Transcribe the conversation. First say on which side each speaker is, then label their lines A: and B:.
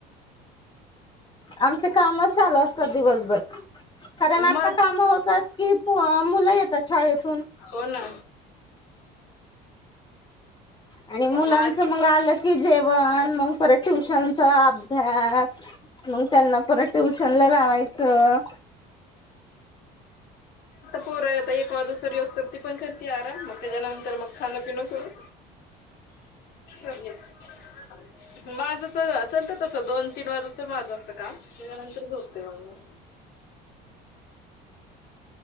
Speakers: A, on the left; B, on the left.
A: आमचे कामच चालू असत दिवसभर कारण
B: मग
A: आता काम होतात की मुलं येतात शाळेतून
B: हो ना.
A: आणि मुलांच
B: माझ
A: मग आलं की जेवण मग परत ट्युशनचा अभ्यास मग त्यांना परत ट्युशन ला लावायचं.
B: पोर आता एक वाजू सरी असत ती पण करते आराम मग त्याच्यानंतर मग खाणं पिनं करू <unintelligible> माझ तर चलत तस दोन तीन वाजू तर माझं असत काम. त्याच्यानंतर झोपते मग मी.